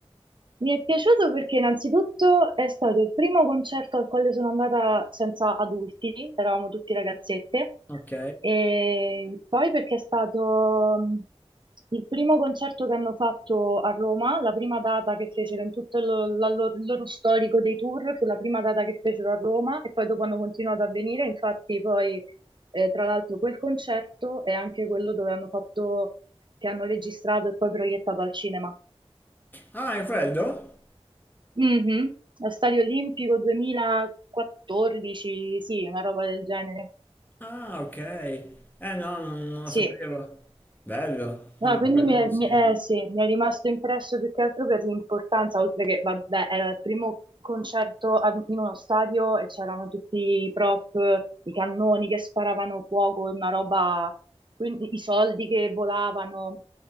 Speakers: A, on the right; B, on the left.
A: Mi è piaciuto perché innanzitutto è stato il primo concerto al quale sono andata senza adulti, eravamo tutti ragazzette,
B: Ok.
A: e poi perché è stato mm, il primo concerto che hanno fatto a Roma, la prima data che fecero in tutto il, la loro- il loro storico dei tour, fu la prima data che fecero a Roma e poi dopo hanno continuato a venire, infatti poi eh, tra l'altro quel concerto è anche quello dove hanno fatto, che hanno registrato e poi proiettato al cinema.
B: Ah, è quello?
A: Mhm. Allo Stadio Olimpico 2014, sì, una roba del genere.
B: Ah, ok. Eh no, non, non
A: Sì,
B: lo sapevo. Bello. No,
A: No,
B: no,
A: quindi
B: quello
A: mi è, mi-
B: sì.
A: eh, sì, mi è rimasto impresso più che altro per l'importanza, oltre che, vabbè, era il primo concerto ad- in uno stadio e c'erano tutti i prop, i cannoni che sparavano fuoco, una roba, quindi i soldi che volavano.